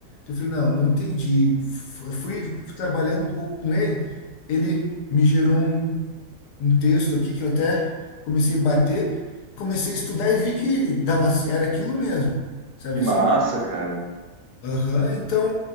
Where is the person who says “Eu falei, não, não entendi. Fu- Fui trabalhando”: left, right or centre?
Left